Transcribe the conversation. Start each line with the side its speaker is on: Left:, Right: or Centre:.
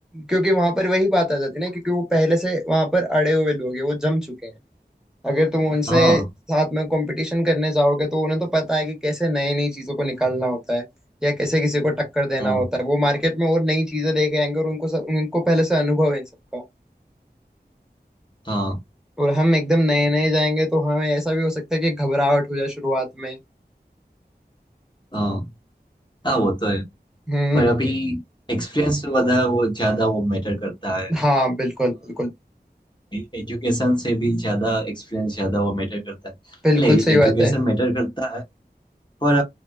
Centre: क्योंकि वहां पर वही बात आ जाती है ना क्योंकि वो पहले से वहां पर अड़े हुए लोग हैं वो जम चुके हैं अगर तुम उनसे
Left: हाँ
Centre: साथ में कंपटीशन करने जाओगे तो उन्हें तो पता है कि कैसे नई नई चीजों को निकालना होता है या कैसे किसी को टक्कर देना
Left: हाँ
Centre: होता है वो मार्केट में और नई चीजें लेके आएंगे और उनको सब, उनको पहले से अनुभव है इन सबका
Left: हाँ
Centre: और हम एकदम नए नए जाएंगे तो हमें ऐसा भी हो सकता है कि घबराहट हो जाए शुरुआत में
Left: हाँ हाँ वो तो है
Centre: हम्म
Left: पर अभी एक्सपीरियंस से ज्यादा वो ज्यादा वो मैटर करता है
Centre: हाँ बिल्कुल बिल्कुल
Left: एजुकेशन से भी ज्यादा एक्सपीरियंस ज्यादा वो मैटर करता है
Centre: बिल्कुल
Left: अरे
Centre: सही
Left: एजुकेशन
Centre: बात है
Left: मैटर करता है पर